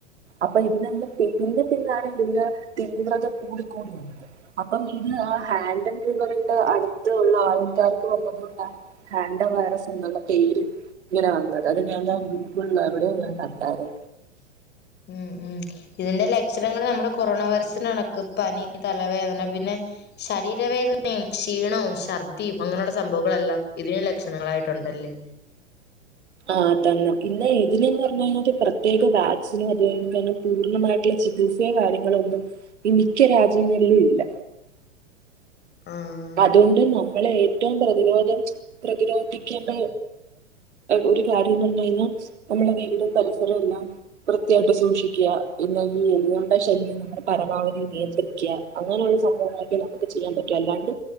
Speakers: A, on the right; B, on the left.
A: അപ്പൊ ഇതി എന്റെ പിന്നെ പിന്നാണ് ഇതിന്റെ തീവ്രത കൂടി കൂടി വന്നത് അപ്പം ഇത് ആ ഹാൻഡ് ആ് വറിന്റെ അടുത്ത ഉള്ള ആൾക്കാർക്ക് വന്നതകൊണ്ടാണ് ഹാന്ഡ വൈറസ് എന്നുള്ള പേര് ഇങ്ങനെ വന്നത് അത് ഞന്താ ഗൂഗിള അവിടെ ഞാൻ കട്ടാറ്
B: ഉം ഉം ഇതിന്റെ ലക്ഷണങ്ങൾ നമ്മുടെ കൊറോണ വൈറസിന് കണക്ക് പനി തലവേദന പിന്നെ ശരീര ലവേദനയും ക്ഷീണവും ശർദ്ദിയും അങ്ങനെയുള്ള സംഭവങ്ങളെല്ലാം ഇതിന് ലക്ഷണങ്ങളായിട്ടുണ്ടല്ലേ
A: ആഹ തന്നെ പിന്ന ഇതിനന്ന് പറഞ്ഞല് പ്ര പ്രത്യേക വാക്സിനോ അന്നെ പൂർണ്ണമായിട്ടുള്ള ചികിത്സയോ കാര്യങ്ങളോ ഒന്നുംഈ മിക്ക രാജ്യങ്ങള ഇല്ല
B: ആഹ്
A: അതുകൊണ്ട് നമ്മള ഏറ്റവും പ്രതിരോധം പ്രതിരോധിക്കേണ്ട ഒരു കാര്യം എന്ന് പറഞ്ഞു കഴിഞ്ഞാൽ നമ്മുടെ വീടും പരിസരവും എല്ലാം വൃത്തിയായിട്ട് സൂക്ഷിക്കുക പിന്നാ ഈ എലികളുടെ ശല്യം നമ്മൾ പരമാവധി നിയന്ത്രിക്കുക അങ്ങനെ.... <unintelligible> നമുക്ക് ചെയ്യാൻ പറ്റും അല്ലാ.....